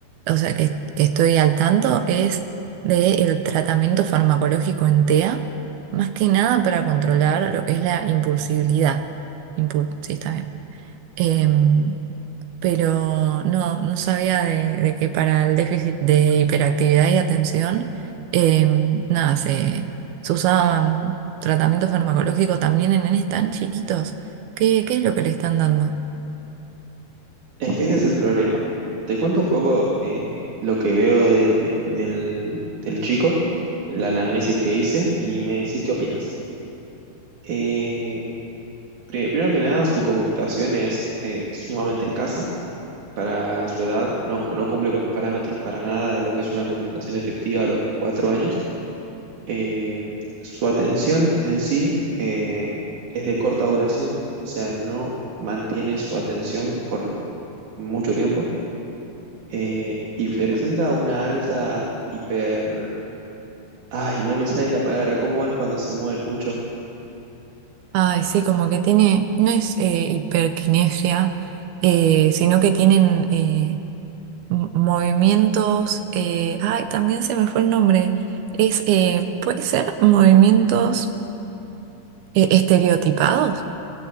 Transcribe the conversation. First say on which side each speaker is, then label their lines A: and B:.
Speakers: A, on the right; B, on the right.
A: o sea, que, que estoy al tanto es del tratamiento farmacológico en TEA, más que nada para controlar lo que es la impulsibilidad. Impul- sí, está bien. Em, pero no, no sabía de, de que para el déficit de hiperactividad y atención, eh, nada, se, se usaban tratamientos farmacológicos también en nenes tan chiquitos. ¿Qué, qué es lo que le están dando?
B: Es que ese es el problema. Te cuento un poco eh, lo que veo de, del, del chico, la anamnesis que hice, y me decís qué opinas. Eh, pri- primero que nada, su comunicación es eh, sumamente escasa para su edad, no, no cumple con los parámetros para nada de lo que es una comunicación efectiva a los cuatro años. Eh, su atención en sí eh, es de corta duración, o sea, no mantiene su atención por mucho tiempo. eh, y presenta una alta hiper... Ay, no me sale la palabra, ¿cómo es cuando se mueven mucho?
A: Ay, sí, como que tiene, no es eh, hiperquinesia, eh, sino que tienen eh, m- movimientos, eh, ay, también se me fue el nombre, es, eh, puede ser movimientos eh, estereotipados.